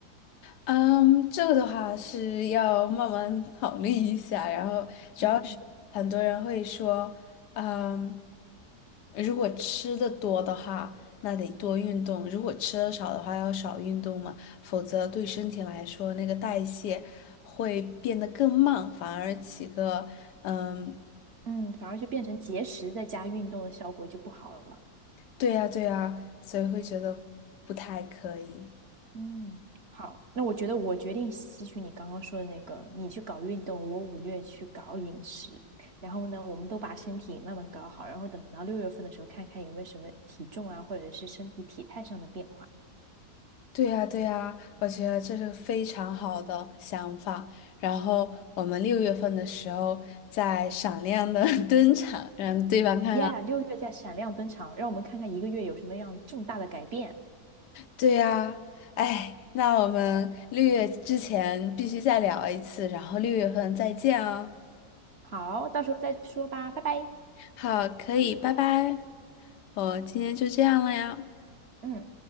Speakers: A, on the left (about 85°); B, on the right (about 45°).
A: 嗯，这个的话是要慢慢考虑一下，然后主要是很多人会说，
B: 嗯。
A: 嗯，如果吃的多的话，那得多运动；如果吃的少的话，要少运动嘛，否则对身体来说，那个代谢会变得更慢，反而起个，嗯，
B: 嗯，反而就变成节食再加运动的效果就不好了。
A: 对呀，对呀，所以会觉得不太可以。
B: 嗯，好，那我觉得我决定吸取你刚刚说的那个，你去搞运动，我五月去搞饮食，然后呢，我们都把身体慢慢搞好，然后等到六月份的时候，看看有没有什么体重啊，或者是身体体态上的变化。
A: 对呀，对呀，我觉得这是个非常好的想法。然后我们六月份的时候再闪亮的 <laughs> 登场，让对方看看。
B: Yeah，六月在闪亮登场，让我们看看一个月有什么样重大的改变。
A: 对呀，哎，那我们六月之前必须再聊一次，然后六月份再见哦。
B: 好，到时候再说吧，拜拜。
A: 好，可以，拜拜。我今天就这样了呀。
B: 嗯。